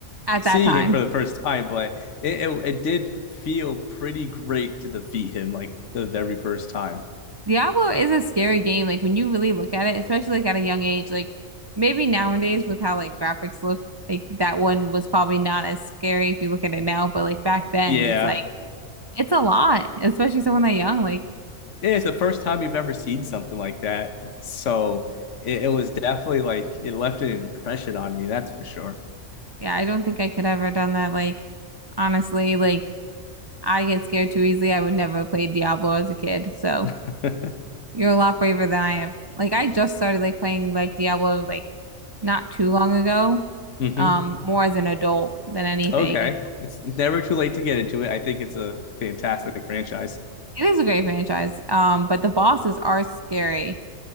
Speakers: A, on the right (about 35°); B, on the left (about 70°).
A: at
B: seeing
A: that time.
B: him for the first time, but it, it it did feel pretty great to defeat him like the very first time.
A: Diablo is a scary game. Like when you really look at it, especially like at a young age, like maybe nowadays with how like graphics look, like that one was probably not as scary if you look at it now, but like back then
B: Yeah,
A: it's like it's a lot, especially someone that young. Like,
B: Yeah, it's the first time you've ever seen something like that, so it, it was definitely like it left an impression on me. That's for sure.
A: yeah, I don't think I could ever done that, like honestly, like I get scared too easily. I would never play Diablo as a kid. So
B: <laughs>
A: you're a lot braver than I am. Like I just started like playing like Diablo like not too long ago.
B: mm-hmm.
A: Um, more as an adult than anything,
B: Okay.
A: you know.
B: It's never too late to get into it. I think it's a fantastic franchise.
A: It is a great franchise. Um, but the bosses are scary,